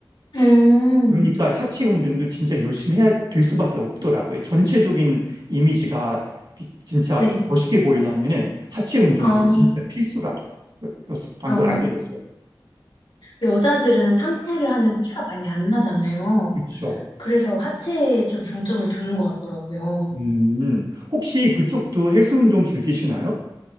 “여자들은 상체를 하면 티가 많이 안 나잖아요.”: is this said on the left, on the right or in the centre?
Left